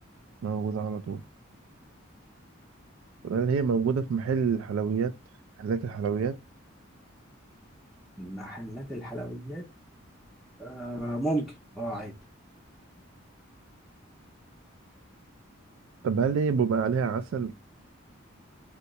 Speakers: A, on the right; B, in the centre.
A: موجودة على طول طب هل هي موجودة في محل الحلويات محلات الحلويات
B: محلات الحلويات آه ممكن اه عادي
A: طب هل هي بيبقى عليها عسل